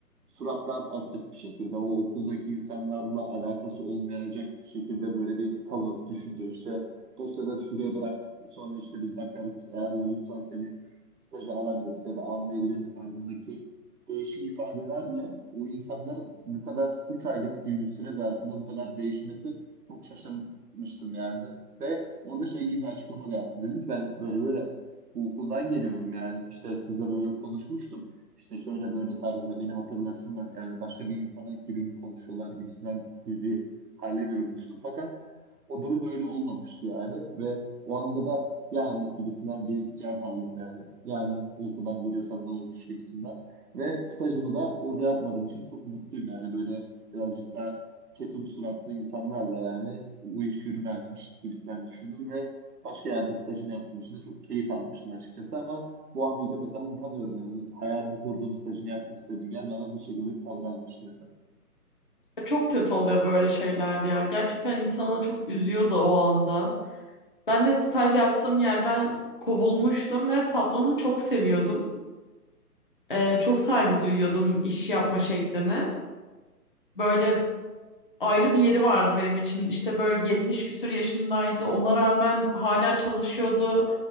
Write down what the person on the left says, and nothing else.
Çok kötü oluyor böyle şeyler ya. Gerçekten insana çok üzüyor da o anda. Ben de staj yaptığım yerden kovulmuştum ve patronumu çok seviyordum. Ee, çok saygı duyuyordum iş yapma şekline. Böyle ayrı bir yeri vardı benim için. İşte böyle 70 küsur yaşındaydı. Ona rağmen hala çalışıyordu.